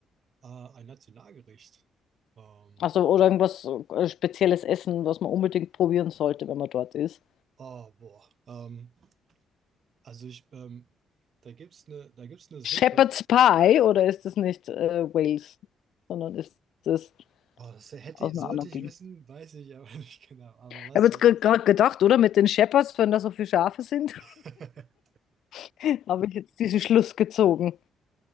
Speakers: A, on the right; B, on the left.
A: Äh, ein Nationalgericht. Ähm,
B: Also, oder irgendwas äh, spezielles Essen, was man unbedingt probieren sollte, wenn man dort ist?
A: oh, boah. Ähm, Also ich, ähm, da gibt's eine, da gibt's eine Suppe.
B: Shepherd's Pie oder ist das nicht äh, Wales, sondern ist das
A: Oh, das hätte,
B: aus
A: ich-
B: einer
A: sollte
B: anderen
A: ich
B: Gegend?
A: wissen, weiß ich aber <laughs> nicht genau. Aber
B: Ich
A: was
B: habe
A: sie.
B: jetzt gerade gedacht, oder mit den Shepherds, wenn da so viele Schafe sind,
A: <laughs>
B: <laughs> habe ich jetzt diesen Schluss gezogen.